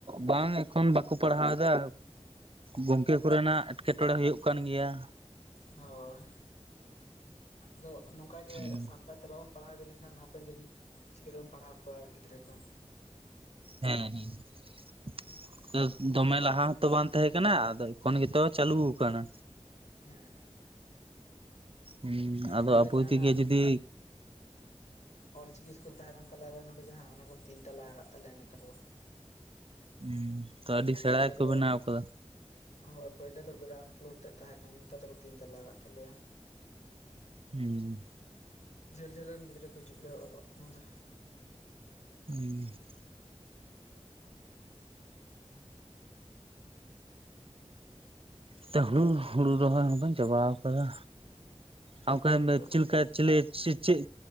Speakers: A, on the right; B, on the left.
A: ᱵᱟᱝ ᱮᱠᱷᱚᱱ ᱵᱟᱠᱚ ᱯᱟᱲᱦᱟᱣᱫᱟ᱾ ᱜᱚᱝᱠᱮ ᱠᱚᱨᱮᱱᱟᱜ ᱮᱸᱴᱠᱮᱴᱚᱬᱮ ᱦᱳᱭᱳᱜ ᱠᱟᱱ ᱜᱮᱭᱟ᱾
B: ᱦᱳᱭ᱾ ᱟᱫᱚ ᱱᱚᱝᱠᱟ ᱜᱮ
A: ᱦᱩᱸ
B: ᱥᱟᱱᱛᱟᱲ ᱛᱮ ᱵᱟᱵᱚᱱ ᱯᱟᱲᱦᱟᱣ ᱤᱫᱤ ᱞᱮᱱᱠᱷᱟᱱ ᱦᱟᱯᱮᱱ ᱫᱤᱱ ᱪᱤᱠᱟᱹ ᱛᱮᱵᱚᱱ ᱯᱟᱲᱦᱟᱣ ᱠᱚᱣᱟ ᱜᱤᱫᱽᱨᱟᱹ ᱠᱚ᱾
A: ᱦᱮᱸ ᱦᱮᱸ᱾ ᱫᱚᱢᱮ ᱞᱟᱦᱟ ᱦᱚᱸᱛᱚ ᱵᱟᱝ ᱛᱟᱦᱮᱸ ᱠᱟᱱᱟ᱾ ᱟᱫᱚ ᱮᱠᱷᱚᱱ ᱜᱮᱛᱚ ᱪᱟᱹᱞᱩ ᱠᱟᱱᱟ᱾
B: ᱦᱮᱸ᱾
A: ᱦᱩᱸ
B: ᱟᱞᱮ
A: ᱟᱫᱚ
B: ᱱᱚᱰᱮ
A: ᱟᱵᱚ
B: ᱡᱟᱦᱟᱸ
A: ᱛᱮᱜᱮ ᱡᱩᱫᱤ
B: ᱚᱞᱪᱤᱠᱤ ᱤᱥᱠᱩᱞ ᱛᱟᱦᱮᱸ ᱠᱟᱱ ᱛᱟᱞᱮᱭᱟ ᱟᱞᱮ ᱱᱚᱰᱮ ᱡᱟᱦᱟᱸ ᱚᱱᱟ ᱠᱚ ᱛᱤᱱ ᱛᱟᱞᱟ ᱠᱟᱫ ᱛᱟᱞᱮᱭᱟ ᱱᱮᱛᱟᱨ ᱫᱚ᱾
A: <unintelligible> ᱛᱚ ᱟᱹᱰᱤ ᱥᱮᱬᱟ
B: ᱯᱟᱹᱭᱞᱟᱹ
A: ᱜᱮ ᱠᱚ
B: ᱫᱚ
A: ᱵᱮᱱᱟᱣ ᱠᱟᱫᱟ᱾
B: ᱦᱳᱭ ᱯᱳᱭᱞᱳ ᱫᱚ ᱜᱨᱟᱣᱩᱱᱰ ᱯᱷᱳᱞᱳᱨ ᱛᱮᱫ ᱛᱟᱦᱮᱸ ᱠᱟᱱᱟ ᱱᱮᱛᱟᱨ ᱫᱚᱠᱚ ᱛᱤᱱ ᱛᱟᱞᱟ ᱠᱟᱫ ᱛᱟᱞᱮᱭᱟ᱾
A: ᱦᱩᱸ᱾
B: ᱡᱷᱟᱹᱞ ᱡᱷᱟᱹᱞ ᱨᱮᱱ ᱜᱤᱫᱽᱟᱹ ᱠᱚ ᱦᱤᱡᱩᱜ ᱜᱮᱭᱟ ᱚᱞᱚᱜ ᱱᱚᱸᱰᱮ᱾
A: <unintelligible> ᱛᱮ ᱦᱩᱲᱩ ᱦᱩᱲᱩ ᱨᱚᱦᱚᱭ ᱦᱚᱸ ᱵᱮᱱ ᱪᱟᱵᱟᱣ ᱠᱟᱫᱟ?
B: ᱦᱮᱸ
A: <inaudible>
B: ᱦᱩᱲᱩ ᱠᱚᱫᱚᱞᱤᱧ
A: ᱪᱤᱞᱠᱟ
B: ᱨᱚᱦᱚᱭ ᱪᱟᱵᱟ
A: ᱪᱮᱞᱮ
B: ᱟᱠᱟᱫᱟ
A: ᱪᱤ ᱪᱮᱫ